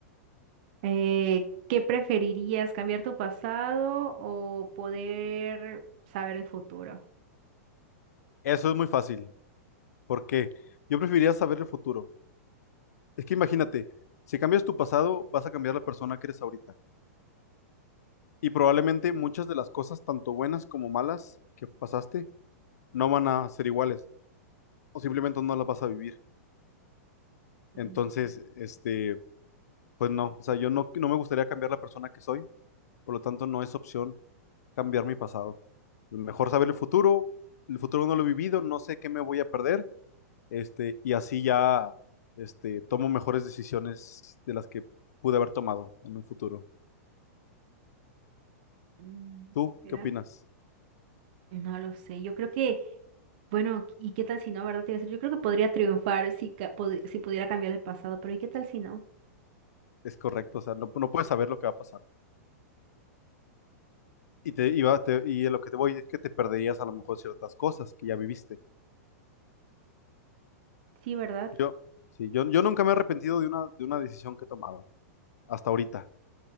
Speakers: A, on the right; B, on the left.
A: Eh, ¿qué preferirías, cambiar tu pasado o poder saber el futuro?
B: Eso es muy fácil. ¿Por qué? Yo preferiría saber el futuro. Es que imagínate, si cambias tu pasado, vas a cambiar la persona que eres ahorita. Y probablemente muchas de las cosas, tanto buenas como malas, que pasaste, no van a ser iguales o simplemente no las vas a vivir. Entonces,
A: Mm,
B: este, pues no, o sea, yo no, no me gustaría cambiar la persona que soy, por lo tanto no es opción cambiar mi pasado. Mejor saber el futuro, el futuro no lo he vivido, no sé qué me voy a perder, este, y así ya, este, tomo mejores decisiones de las que pude haber tomado en un futuro.
A: mm,
B: ¿Tú
A: ¿Será?
B: qué opinas?
A: No lo sé, yo creo que, bueno, ¿y qué tal si no, verdad? Te iba a decir, yo creo que podría triunfar si, ca- pod- si pudiera cambiar el pasado, pero ¿y qué tal si no?
B: Es correcto, o sea, no, no puedes saber lo que va a pasar. Y, te, y, va- te- y a lo que te voy es que te perderías a lo mejor ciertas cosas que ya viviste.
A: Sí, ¿verdad?
B: Yo, sí, yo, yo nunca me he arrepentido de una, de una decisión que he tomado hasta ahorita.